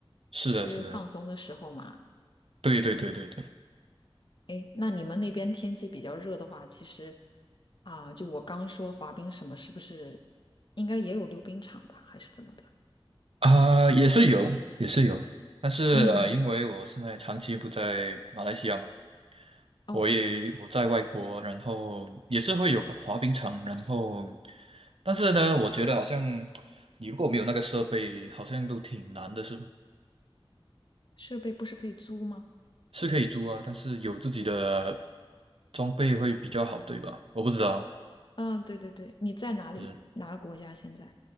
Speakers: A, on the right (about 80°); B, on the left (about 55°).
A: 是的，
B: 这个放松的时候嘛。
A: 是的，对对对对对，
B: 诶，那你们那边天气比较热的话，其实啊，就我刚说滑冰什么，是不是应该也有溜冰场吧，还是怎么的？
A: 啊、也是有，也是有，但是呃，
B: 嗯，
A: 因为我现在长期不在马来西亚嘛。
B: 哦，
A: 我也我在外国，然后也是会有滑冰场，然后，但是呢，我觉得好像你如果没有那个设备，好像都挺难的，是吧？
B: 设备不是可以租吗？
A: 是可以租啊，但是有自己的装备会比较好，对吧？我不知道，
B: 嗯，对对对，你在哪里？
A: 嗯
B: 哪个国家现在？